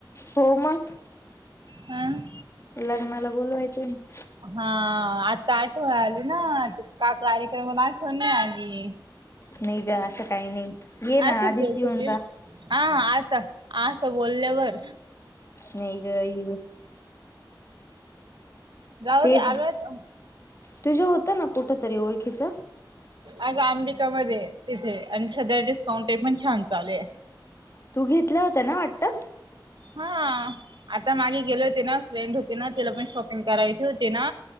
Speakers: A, on the left; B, on the right.
A: हो मग.
B: ह.
A: लग्नाला बोलवायचं ना.
B: हा आता आठवण आली ना, का कार्यक्रमला आठवण नाही आली.
A: नाही ग असं काही नाही, येन
B: असंच
A: आदिच
B: आहे असंच
A: येऊन
B: आहे
A: जा.
B: हा आता, असं बोलल्यावर.
A: नाही ग ये.
B: जाऊ
A: तेच,
B: दे अगं
A: तूझे होत ना कुठ तरी, ओळखीच.
B: आग अंबिका मध्ये, तिथे अण सध्या डिस्काउंट ते पण छान चालूये.
A: तू घेतलं होतं ना वाटतं.
B: हा, आता मागे गेले होते ना, फ्रेंड होते ना, तिला पण शॉपिंग करायचे होते ना.